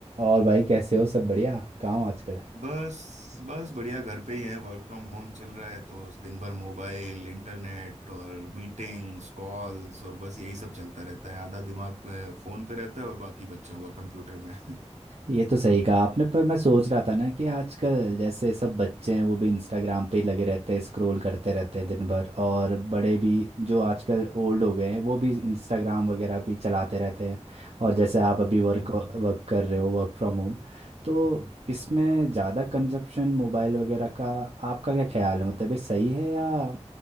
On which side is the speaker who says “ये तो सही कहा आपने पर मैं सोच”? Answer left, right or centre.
Right